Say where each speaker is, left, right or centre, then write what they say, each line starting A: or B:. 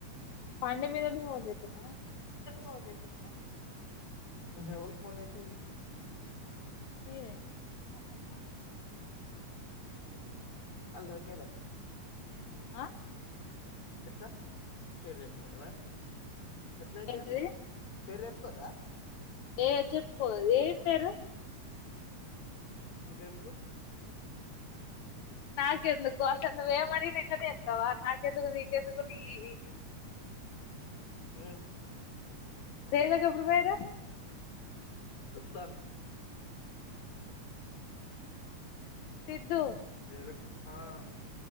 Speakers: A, on the left; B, on the left.
A: పండి మీద ఉండి ఫోన్ జెత్తునవా
B: ఫోన్ జెత్తునావ ఎవల్ ఫోన్ చేసింది
A: మీరే
B: నార్మల్ ఫోనే అల్ల్ ఒకేనే
A: ఆ....
B: ఎట్ట పేరు చెప్పుకుంట్ర ఎట్లా అయితే
A: ఏంటిది
B: అన్న పేరు చెప్పుకోవద్దా
A: ఏ చెప్పుకోదు ఏం పేరు
B: నికేందుకు
A: నాకు ఎందుకోసం నువ్వు ఏం అడిగిన ఇట్లనే చెప్తావ నా నీకు ఎందుకు నీకు ఎందుకు నీయి
B: హ్మ్
A: రేల్లోకి ఎప్పుడు పోయారు
B: దాన
A: సిద్ధు
B: ఏలుక్ ఆహ్హ్